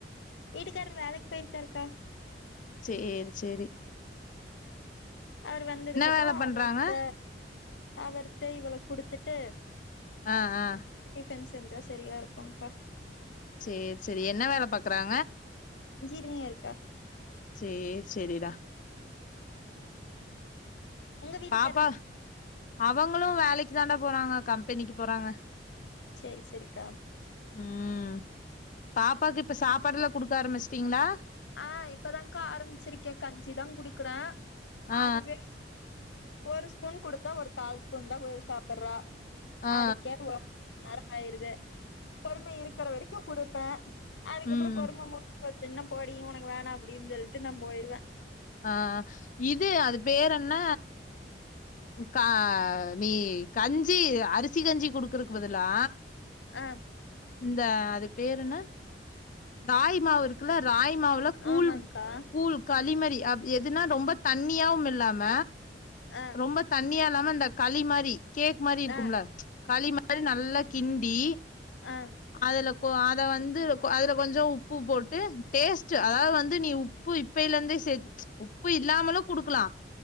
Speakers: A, on the left; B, on the left.
A: வீட்டுக்காராரு வேலைக்கு போய்யிருக்காருக்கா
B: செரி செரி
A: அவரு வந்ததுக்கு அப்றோ
B: வேல பண்றாங்க
A: அவர்ட அவர்ட இவள குடுத்துட்டு
B: ஆ ஆ
A: க்கன் செஞ்சா சரியா இருக்கோங் கா
B: சேரி செரி என்ன வேல பாக்குறாங்க
A: னீயர் கா
B: சேர் செரிடா
A: உங்க வீட்டுகாரரு
B: பாப்பா அவங்களு வேலைக்கு தாண்டா போறாங்க கம்பெனிக்கு போறாங்க
A: செரி செரிக்கா
B: ம் பாப்பாக்கு இப்போ சாப்பாடு எல்லா குடுக்க ஆரம்பிச்சட்டீங்களா
A: ஆ இப்பதான கா ஆரம்பிச்சிருக்கே கஞ்சிதா குடுக்குறே
B: ஆ ஆ
A: அதுவே ஒரு ஸ்பூன் குடுத்தா ஒரு கால் ஸ்பூன் தா ஓ ஏ சாப்புட்றா
B: ஆ ஆ
A: அதுக்கே <unintelligible> நேர ஆய்டுது பொறுமை இருக்கிற வரைக் குடுப்பே அதுக்கப்றோ
B: ம்
A: பொறும முடிஞ்சு போ என்ன போடி உனக்கு வேணா அப் <unintelligible> நா போய்டுவேன்
B: ஆ இது அது பேர் என்ன கா நீ கஞ்சி அரிசி கஞ்சி குடுக்குறக் பதெல்லா
A: ஆ
B: இந்த அது பேர் என்ன ராகி மாவு இருக்குல்ல ராகி மாவ்ல கூழ்
A: ஆமாங்க்கா
B: கூல் களி மா அ எதுனா ரொம்ப தண்ணியாவும் இல்லாம
A: ஆ
B: ரொம்ப தண்ணியா இல்லாம இந்த களி மாறி கேக் மாதிரி இருக்கும்லா
A: ஆ
B: களி மாதிரி நல்லா கிண்டி
A: அ
B: அதுல அத வந்து அதுல கொஞ்சோ உப்பு போட்டு டேஸ்ட்ட் அதாவ வந்து நீ உப்பு இப்பல இருந்தே உப்பு இல்லாமலும் குடுக்கலாம்